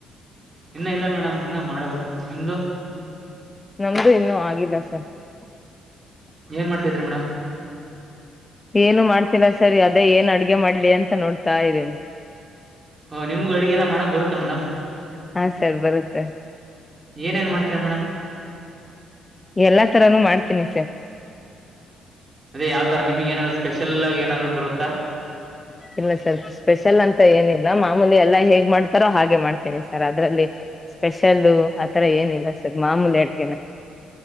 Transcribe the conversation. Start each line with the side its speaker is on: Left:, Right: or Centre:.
Right: ಇನ್ನ ಇಲ್ಲ ಮೇಡಮ್ ಇನ್ನ ಮಾಡ್ಬೇಕು ನಿಮ್ದು
Left: ನಮ್ದು <unintelligible>
Right: ಏನ್ ಮಾಡ್ತಾ ಇದ್ರಿ ಮೇಡಮ್
Left: ಏನು ಮಾಡ್ತಿಲ್ಲ ಸರ್ ಅದೇ ಏನ್ ಅಡ್ಗೆ ಮಾಡ್ಲಿ ಅಂತ ನೋಡ್ತಾ ಇದೀನಿ
Right: ಹಾ ನಿಮ್ಗ ಅಡಿಗೆ ಎಲ್ಲ ಮಾಡಕ್ ಬರುತ್ತಾ ಮೇಡಮ್
Left: ಹಾ ಸರ್ ಬರುತ್ತೆ
Right: ಏನೇನ್ ಮಾಡ್ತೀರಾ ಮೇಡಮ್
Left: ಎಲ್ಲಾ ತರಾನೂ ಮಾಡ್ತೀನಿ ಸರ್
Right: ಅದೇ ಯಾವ ತರ ನಿಮ್ಗೆ ಏನಾರು ಸ್ಪೆಷಲ್ ಆಗ ಏನಾದ್ರು ಬರುತ್ತಾ
Left: ಇಲ್ಲ ಸರ್ ಸ್ಪೆಷಲ್ ಅಂತ ಏನಿಲ್ಲ ಮಾಮೂಲಿ ಎಲ್ಲಾ ಹೇಗ್ ಮಾಡ್ತಾರೋ ಹಾಗೆ ಮಾಡ್ತೇನಿ ಸರ್ ಅದ್ರಲ್ಲಿ ಸ್ಪೆಷಲ್ಲೂ ಆತರ ಏನಿಲ್ಲ ಸರ್ ಮಾಮೂಲಿ ಅಡ್ಗೆನೆ